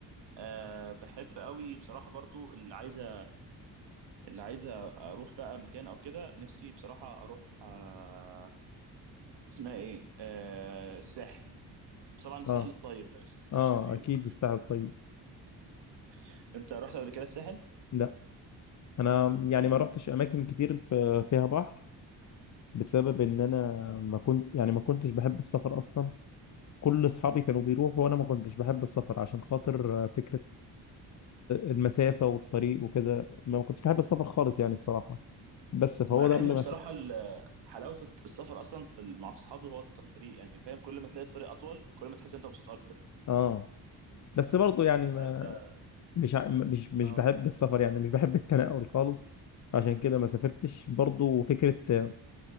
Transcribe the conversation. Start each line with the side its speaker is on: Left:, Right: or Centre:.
Right: أه بحب قوي بصراحه برضو اللي عايزه اللي عايزه اروح بقى مكان او كده نفسي بصراحه اروح أه اسمها ايه أه الساحل طبعا الساحل
Left: اه
Right: الطيب بلاش الساحل
Left: اه
Right: الشرير
Left: اكيد
Right: بقى
Left: الساحل الطيب
Right: <laughs> انت رحت قبل كده الساحل
Left: لا انا يعني
Right: امم
Left: ما رحتش اماكن كتير في... فيها بحر بسبب ان انا ما كنت يعني ما كنتش بحب السفر اصلا كل اصحابي كانوا بيروحوا وانا ما كنتش بحب السفر عشان خاطر فكره المسافة والطريق وكذا ما كنتش بحب السفر خالص يعني الصراحة بس فهو
Right: مع
Left: ده اللي
Right: ان بصراحه
Left: مخ...
Right: ال- حلاوه الت- السفر اصلا في ال- مع الصحاب هو الطريق يعني فاهم كل ما تلاقي الطريق اطول كل ما تحس انت مبسوط اكتر
Left: اه بس برضه يعني
Right: مش
Left: ما
Right: عارف ده
Left: مش ع- مش مش
Right: اه
Left: بحب السفر يعني مش بحب التنقل خالص عشان كده ما سافرتش برضه فكرة